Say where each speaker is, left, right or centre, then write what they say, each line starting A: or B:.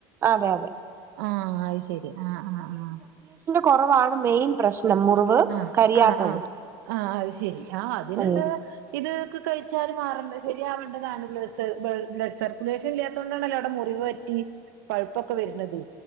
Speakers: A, on the right; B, on the right.
A: അതെ അതെ
B: ആ അയ് ശരി ആ ആ ആ
A: കൊറവാണ് മെയിൻ പ്രശ്നം മുറിവ്
B: ആ
A: കരിയാത്തത്
B: ആ ആ ആ അത് ശരി ആ അതിനുള്ള
A: ഉം
B: ഇത് ക് കഴിച്ചാല് മാറ ണ്ടെ ശരിയാവേണ്ടതാണ് ബൾ ബ്ലഡ് സർക്കുലേഷൻ ഇല്ലാത്തോണ്ടാണല്ലോ അയുടെ മുറിവ് പറ്റി പഴുപ്പൊക്കെ വെര്ന്നത്